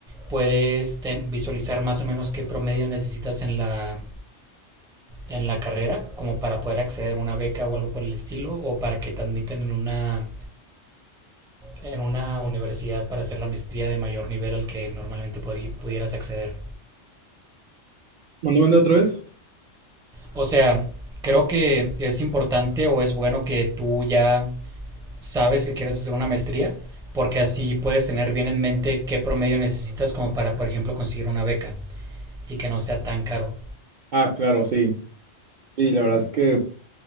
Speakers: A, in the centre; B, on the right.
A: puedes ten- visualizar más o menos qué promedio necesitas en la en la carrera como para poder acceder a una beca o algo por el estilo o para que te admitan en una en una universidad para hacer la maestría de mayor nivel al que normalmente podrí- pudieras acceder.
B: ¿Mandó mandé otra vez?
A: O sea, creo que es importante o es bueno que tú ya sabes que quieres hacer una maestría porque así puedes tener bien en mente qué promedio necesitas como para, por ejemplo, conseguir una beca y que no sea tan caro.
B: Ah, claro, sí. Sí, la verdad es que